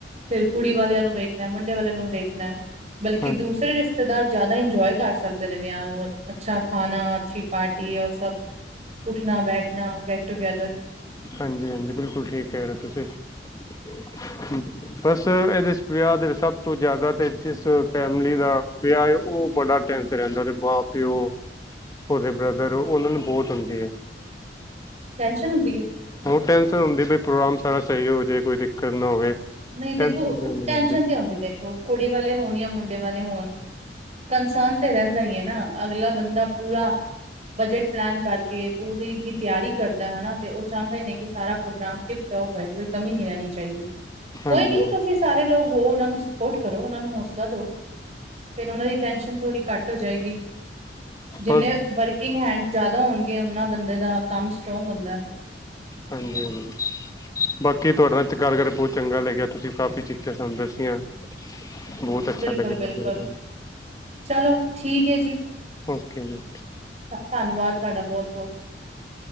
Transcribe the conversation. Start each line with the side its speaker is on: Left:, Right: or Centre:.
Right: ਫੇਰ ਕੁੜੀ ਵਾਲਿਆਂ ਨੂੰ ਵੇਖ। ਮੁੰਡੇ ਵਾਲੇ ਨੂੰ ਦੇਖਣਾ ਬਲਕਿ
Left: ਹਾਂਜੀ
Right: ਦੂਸਰੇ ਰਿਸ਼ਤੇਦਾਰ ਜ਼ਿਆਦਾ ਇੰਜੋਏ। ਕਰ ਸਕਦੇ ਨੇ ਵਿਆਹ ਨੂੰ ਅੱਛਾ ਖਾਣਾ ਅੱਛੀ ਪਾਰਟੀ ਔਰ ਸਭ। ਉੱਠਣਾ ਬੈਠਣਾ ਗੈਟ ਟੂਗੇੈਦਰ।
Left: ਹਾਂਜੀ ਹਾਂਜੀ ਬਿਲਕੁਲ ਠੀਕ ਕਹਿ ਰਹੇ ਤੁਸੀਂ। ਬਸ ਇਹਦੇ ਵਿਆਹ ਦੇ ਸਭ ਤੋਂ ਜ਼ਿਆਦਾ ਤੇ ਜਿਸ ਫੈਮਿਲੀ ਦਾ ਵਿਆਹ ਹੈ ਉਹ ਬੜਾ। ਹਰ ਟੇਂਸ਼ਨ ਰਹਿੰਦਾ ਏ ਮਾਂ ਪਿਓ ਉਹਦੇ ਬ੍ਰਦਰ ਉਹਨਾ ਨੂੰ ਬਹੁਤ ਹੁੰਦੀ ਹੈ।
Right: ਟੈਨਸ਼ਨ ਹੁੰਦੀ ਹੈ
Left: ਉਹ ਟੈਂਨਸ਼ਨ ਹੁੰਦੀ ਬਈ ਪ੍ਰੋਗਰਾਮ ਸਾਰਾ ਸਹੀ ਹੋ ਜੈ ਕੋਈ ਦਿੱਕਤ ਨਾ ਹੋਵੇ।
Right: ਨਹੀਂ ਦੇਖੋ
Left: ਟੈਨਸ਼ਨ ਹੁੰਦੀ
Right: ਟੈਨਸ਼ਨ
Left: ਰਹਿੰਦੀ
Right: ਤੇ ਹੁੰਦੀ ਦੇਖੋ ਕੁੜੀ ਵਾਲੇ ਹੋਣ ਜਾਂ ਮੁੰਡੇ ਵਾਲੇ ਹੋਣ। ਕੰਸਰਨ ਤੇ ਰਹਿੰਦਾ ਹੀ ਹੈ ਨਾ ਅਗਲਾ ਬੰਦਾ ਪੂਰਾ। ਬਜਟ ਪਲਾਨ ਕਰਕੇ ਪੂਰੀ ਤਿਆਰੀ ਕਰਦਾ ਹੈਨਾ ਤੇ ਉਹ ਚਾਹੁੰਦੇ ਨੇ ਕਿ ਸਾਰਾ ਪ੍ਰੋਗਰਾਮ। ਕੋਈ ਕਮੀ ਨਹੀਂ ਰਹਿਣੀ ਚਾਹੀਦੀ ਕੋਈ
Left: ਹਾਂਜੀ
Right: ਨਹੀਂ ਤੁਸੀਂ ਸਾਰੇ ਲੋਕ। ਹੋ ਉਹਨਾਂ ਨੂੰ ਸਪੋਰਟ ਕਰੋ ਉਹਨਾਂ ਨੂੰ ਹੌਸਲਾ ਦੋ ਫੇਰ ਉਹਨਾਂ ਦੀ ਟੈਨਸ਼ਨ ਥੋੜੀ ਘੱਟ ਹੋ ਜਾਏਗੀ। ਜਿੰਨੇ
Left: ਬਸ ਹਾਂਜੀ
Right: ਵਰਕਿੰਗ ਹੈ ਜ਼ਿਆਦਾ ਹੋਣਗੇ ਉਹਨਾਂ ਬੰਦੇ ਦਾ ਕੰਮ ਸਟਰੋਂਗ ਹੁੰਦਾ।
Left: ਹਾਂਜੀ, ਹਾਂਜੀ ਬਾਕੀ ਕੀ ਤੁਹਾਡੇ ਨਾਲ ਗੱਲ ਕਰੇ ਬਹੁਤ ਚੰਗਾ ਲੱਗਿਆ ਤੁਸੀਂ ਕਾਫੀ ਚੀਜਾਂ ਸਾਨੂੰ ਦੱਸੀਆਂ। ਬਹੁਤ ਅੱਛਾ
Right: ਬਿਲਕੁਲ
Left: ਲੱਗਿਆ
Right: ਬਿਲਕੁਲ
Left: ਤੁਹਾਡੇ ਨਾਲ
Right: ਚਲੋ ਠੀਕ ਹੈ ਜੀ।
Left: ਓਕੇ ਜੀ
Right: ਧੰਨਵਾਦ ਤੁਹਾਡਾ ਬਹੁਤ, ਬਹੁਤ